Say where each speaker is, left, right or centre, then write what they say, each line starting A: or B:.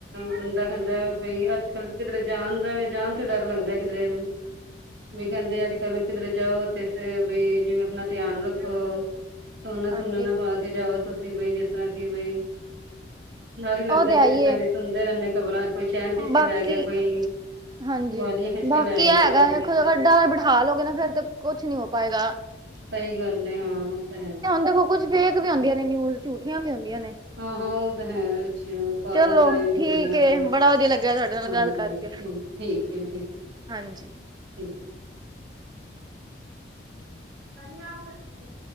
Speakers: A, on the right; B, on the right.
A: ਹੁੰਦਾ ਖਹਦਾ ਬਈ ਅੱਜ ਕੱਲ ਕਿਧਰੇ ਜਾਣ ਦਾ ਜਾਣ ਤੋਂ ਡਰ ਲੱਗਦਾ ਕਿਧਰੇ ਵੀ ਕਹਿੰਦੇ ਅੱਜ ਕੱਲ ਕਿਧਰੇ ਜਾਓ ਤੇ ਬਈ ਜਿਵੇਂ ਆਪਣਾ ਧਿਆਨ ਰੱਖੋ ਸੋਨਾ
B: ਹਾਂਜੀ
A: ਸੋਨਾ ਨਾਲ ਖਾ ਕੇ ਜਾਓ ਤੁਸੀਂ ਬ ਜਿਸ ਤਰ੍ਹਾਂ ਕਿ ਬਈ ਨਾ ਹੀ ਲੱਗਦਾ
B: ਉਹ ਤੇ ਆਈਏ
A: ਜਿਵੇਂ ਤਾਂ ਸੁਣਦੇ ਰਹਿੰਦੇ ਹਾਂ ਖਬਰਾਂ ਕੋਈ ਚੈਨ ਖਿੱਚ
B: ਬਾਕੀ
A: ਕੇ ਲੈ ਗਿਆ ਕੋਈ
B: ਹਾਂਜੀ
A: ਵਾਲੀਆਂ ਖਿੱਚ
B: ਬਾਕੀ
A: ਕੇ ਲੈ ਗਿਆ
B: ਹੈਗਾਖ
A: ਬਸ
B: ਅ ਡਰ ਬਿਠਾਲ ਲ ਹੋ ਗਏ ਨਾ ਫੇਿਰ ਤੇ ਕੁਛ ਨੀ ਹੋ ਪਏਗਾ
A: ਸਹੀ ਗੱਲ ਹੈ ਹਾਂ ਉਹ ਤਾਂ ਹੈ
B: ਦੇਖੋ ਕੁੱਝ ਫੇਕ ਵੀ ਹੁੰਂਦੀਆਂ ਨੇ ਨਿਊਜ਼ ਝੂਠੀਆਂ ਵੀ ਹੁੰਦੀਆਂ ਨੇ।
A: ਹਾਂ ਹਾਂ ਉਹ ਤਾਂ ਹੈ ਅੱਛੇ ਉਤਪਾਦਨ
B: ਚਲੋ
A: ਦੇ ਲਈਡੀਆਂ
B: ਠੀਕ ਏ
A: ਹਾਂਜੀ
B: ਬੜਾ ਵਧੀਆ ਲੱਗਿਆ ਤੁਹਾਡੇ ਨਾਲ ਗੱਲ ਕਰਕੇ
A: ਠੀ ਠੀਕ ਹੈ ਠੀਕ
B: ਹਾਂਜੀ
A: ਠੀਕ ਪੰਜਾਬ ਲ